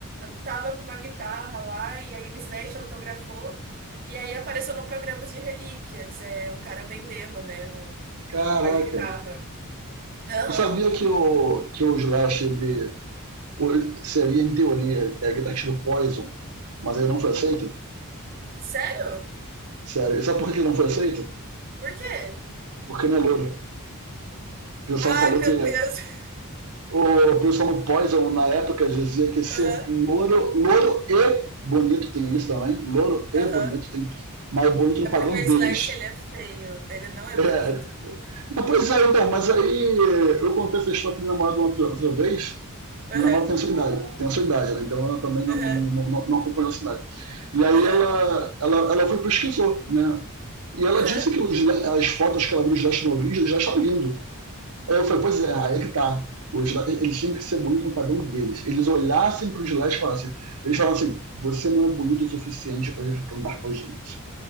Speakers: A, on the right (about 40°); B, on the right (about 80°).
A: tava com uma guitarra lá, e aí o Slash autografou, e aí apareceu no programa de relíquias, é, o cara vendendo, né, o,
B: Caraca.
A: a guitarra. Aham.
B: Tu sabia que o, que o Slash ele, o- seria, em teoria, é guitarrista do Poison, mas ele não foi aceito?
A: Sério?
B: Sério. E sabe por que ele não foi aceito?
A: Por quê?
B: Porque não é louro. O pessoal
A: Ai,
B: falou
A: meu
B: que.
A: Deus. <laughs>
B: O pessoal no Poison, na época, dizia que ser
A: Aham,
B: louro, louro e bonito, tem isso também. Louro e
A: aham.
B: bonito, tem. Mas bonito no
A: É
B: padrão
A: porque o
B: deles.
A: Slash ele é feio, ele não é
B: É,
A: bonito.
B: Ah, pois é, então, mas aí eh, eu contei essa história pro meu namorado outra, outra vez.
A: Aham,
B: minha namorada tem a sua idade, tem a sua idade, né? Então ela também não,
A: aham,
B: não, não- não acompanhou a cidade. E aí
A: aham,
B: ela, ela, ela foi e pesquisou, né? E ela
A: aham.
B: disse que os le- as fotos que ela viu dos Leste Novinhos já está lindo. Aí eu falei, pois é, aí é que tá. Os, le- eles têm que ser bonitos no padrão deles. Eles olhassem para os Leste e falassem, eles falam assim, você não é bonito o suficiente para andar com a gente.